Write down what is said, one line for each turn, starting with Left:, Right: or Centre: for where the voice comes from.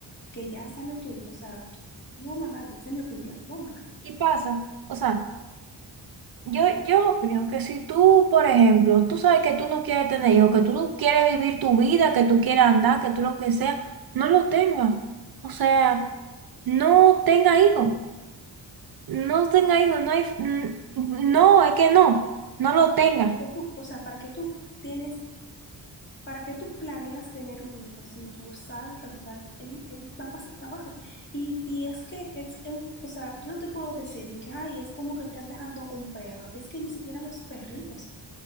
Left: que ya sale tu hijo, o sea, no ama a nadie, esa es mi opinión, no ama a nadie.
Right: Y pasa. O sea, yo, yo opino que si tú, por ejemplo, tú sabes que tú no quieres tener hijos, que tú no quieres vivir tu vida, que tú quieres andar, que tú lo que sea, no lo tengas. O sea, no tenga hijos. No tenga hijos, no hay, n- no, es que no, no lo tenga.
Left: ¿Para qué tú- o sea, ¿para qué tú tienes ¿Para qué tú planeas tener un hijo si tú sabes que al final él, él va a pasar trabajo? Y, y es que, es, un- o sea, yo no te puedo decir de que, ay, es como que están dejando un perro. Es que ni siquiera los perritos